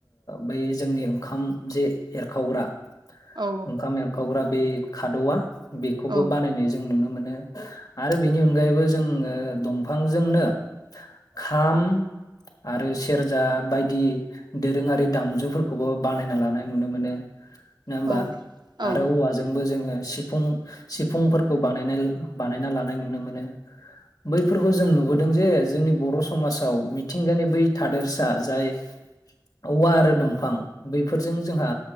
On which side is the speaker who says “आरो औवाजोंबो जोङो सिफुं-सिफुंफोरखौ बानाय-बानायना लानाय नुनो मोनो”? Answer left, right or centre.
Left